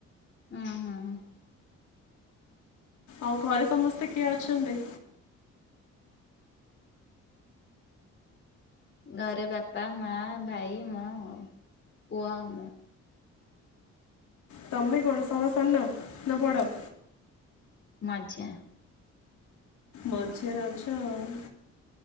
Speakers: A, on the left; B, on the left.
A: ହୁଁ ହୁଁ ହୁଁ।
B: ଆଉ ଘରେ ସମସ୍ତେ କିଏ ଅଛନ୍ତି?
A: ଘରେ ବାପା ମା ଭାଇ ମୁଁ ଆଉ ପୁଅ ମୁଁ।
B: ତମେ କଣ ସଭା ସାନ ନା ବଡ଼?
A: ମଝିଆ।
B: ମଝିଆରେ ଅଛ ଆଉ।